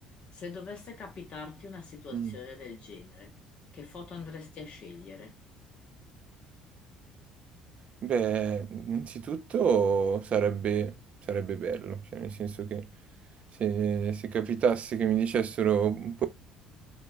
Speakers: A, on the left; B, on the right.
A: Se dovesse capitarti una situazione
B: mm.
A: del genere, che foto andresti a scegliere?
B: Beh, innanzitutto sarebbe, sarebbe bello, cioè nel senso che se, se capitasse che mi dicessero un po'